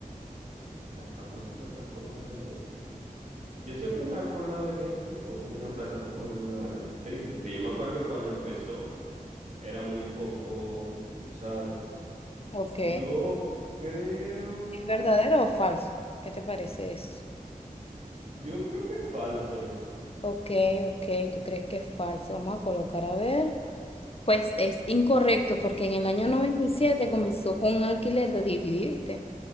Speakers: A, on the right; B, on the left.
A: La famosa plataforma de Netflix. Yo siempre me he acordado de Netflix como una plataforma de streaming, que yo me acuerdo que cuando empezó era muy poco usada.
B: Ok.
A: Yo creo,
B: ¿Es verdadero o falso? ¿Qué te parece eso?
A: yo creo que es falso eso.
B: Ok, ok, tú crees que es falso. Vamos a colocar a ver. Pues es incorrecto porque en el año 97
A: <laughs>
B: comenzó con un alquiler de DVD, ¿viste?